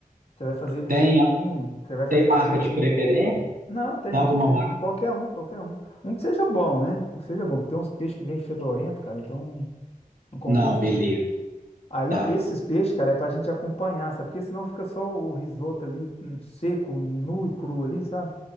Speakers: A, on the left; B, on the right.
A: Você vai fazer ele
B: tem,
A: fritinho. Você vai fazer
B: tem marca
A: ele fritinho.
B: de preferência?
A: Não, tem
B: Tem
A: não,
B: alguma
A: tem
B: marca?
A: não. Qualquer um, qualquer um. Um que seja bom, né? Um que seja bom, porque tem uns peixes que vêm fedorento, cara, então não compensa
B: Não, beleza.
A: não. Aí,
B: tá.
A: esses peixes, cara, é pra gente acompanhar, sabe? Porque senão fica só o o risoto ali hum, seco, nu e cru ali, sabe?